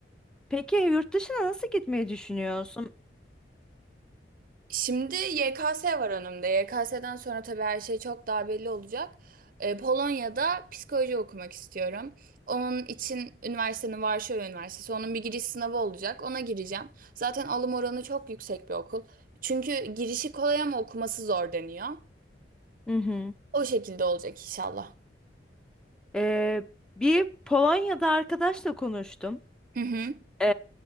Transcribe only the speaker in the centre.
peki yurt dışına nasıl gitmeyi düşünüyorsun?
Hı hı.
Ee, bir Polonya'da arkadaşla konuştum
ee,